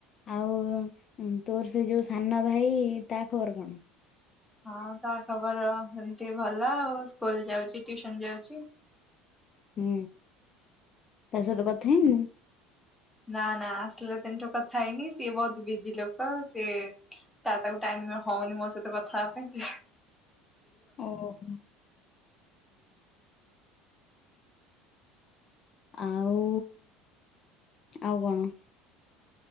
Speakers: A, on the left; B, in the centre.
A: ଆଉ ତୋର ସେ ଯୋଉ ସାନ ଭାଇ ତା ଖବର କଣ?
B: ହଁ ତା ଖବର ଏମତି ଭଲ ଆଉ ସ୍କୁଲ ଯାଉଛି, ଟିଉସନ ଯାଉଛି।
A: ହୁଁ ତା ସହିତ କଥା ହେଇନୁ?
B: ନା ନା ଆସିଲା ଦିନଠୁ କଥା ହେଇନି, ସିଏ ବହୁତ ବିଜି ଲୋକ ସିଏ ତା ତାକୁ ଟାଇମ ହଉନି ମୋ ସହିତ କଥାହବା ପାଇଁ ସିଏ
A: ଓୋ ହୁଁ ଆଉ ଆଉ କଣ?